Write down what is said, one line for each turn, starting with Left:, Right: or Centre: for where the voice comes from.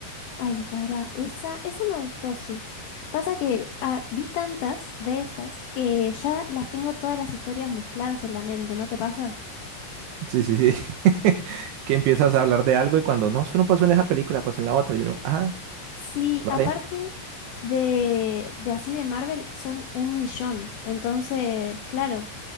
Left: Ay, para, esa, esa me gustó, sí. Pasa que ah, vi tantas de esas que ya las tengo todas las historias mezcladas en la mente, ¿no te pasa?
Right: Sí, sí, sí. <laughs> Que empiezas a hablar de algo y cuando no, eso no pasó en esa película, pasó en la otra. Y uno, ah,
Left: Sí,
Right: vale.
Left: aparte de, de así de Marvel son un millón. Entonces, claro,